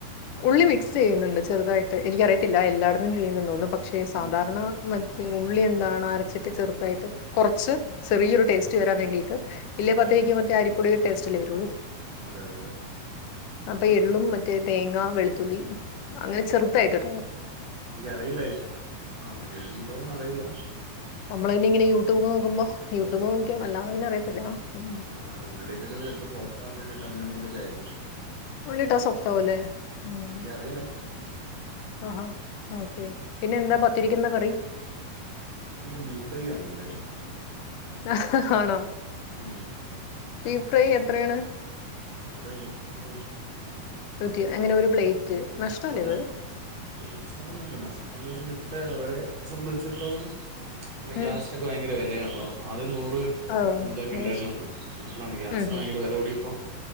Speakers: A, on the left; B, on the right.
A: ഉള്ളി മിക്സ് ചെയ്യുന്നുണ്ട് ചെറുതായിട്ട് എനിക്കറിയത്തില്ല എല്ലായിടത്തും ചെയ്യുന്നുണ്ടോന്ന് പക്ഷേ സാധാരണ
B: ഉം
A: മറ്റേ ഉള്ളി എന്താണ് അര ചിട്ട് ചെറുതായിട്ട് കൊറച്ച് ചെറിയൊരു ടേസ്റ്റ് വെരാൻ വേണ്ടിയിട്ട് ഇല്ലെ
B: ഉം
A: പത്തിരിക്ക്
B: ഉം
A: മറ്റേ അരിപ്പൊടിടെ ടേസ്റ്റല്ലേ വരൊള്ളു
B: അതെ അതെ
A: അപ്പൊ എള്ളും മറ്റേ തേങ്ങ വെളുത്തുള്ളി മ് അങ്ങനെ ചെറ്തായിട്ടുട്ടോ
B: എനിക്കറിയില്ല ആ എട്ണ്ടോന്നു അറിയില്ല
A: നമ്മള് പിന്നിങ്ങനെ യൂട്യൂബ് നോക്കുമ്പോ യൂട്യൂബ് നോക്കിയാണ് അല്ലാതെ പിന്നെ അറിയത്തില്ല ഉം.
B: ആ ആ ഉള്ളിയക്ക ഇട്ന്ന ചെലപ്പോ സോഫ്റ്റാവാൻ വേണ്ടയിട്ട് അങ്ങനെന്തങ്കിലും യിരിക്കും
A: ഉള്ളിട്ടാ സോഫ്റ്റാവുംലേ ഊം
B: എനിക്കറിയില്ല
A: ആ ആ ഓക്കെ പിന്നെ എന്താ പത്തിരിക്ക് ന്ന് കറി
B: അതിക്ക് ഞാൻ ബീഫ് ഫ്രൈ വാങ്ങിണ്ടായിരുന്നു
A: ആ ആണോ
B: ഉം
A: ബീഫ് ഫ്രൈ എത്രയാണ്
B: ഇവിടെ നൂറ്റിയിരുപത്
A: നൂറ്റി എങ്ങനെ ഒരു പ്ലേറ്റ് നഷ്ടല്ലേ
B: അതെ
A: ഇത്
B: ഏയ് നഷ്ടൊന്നല്ല നഷ്ടംന്ന് വെച്ചി ഇപ്പ അവരെ സംബന്ധിച്ചിടത്തോളം പിന്നെ
A: ഉം
B: ഗ്യാസിനൊക്കെ വയങ്കര വെലയാണല്ലോ ആദ്യം നൂറ്
A: ആഹ്
B: എമ്പതൊക്കെ ണ്ടായിരുന്നുള്ളു
A: അത് ശരി
B: ഇപ്പളാണ് ഗ്യാസിന്
A: ഉം ഉം
B: വയങ്കര വെല കൂടിയപ്പോ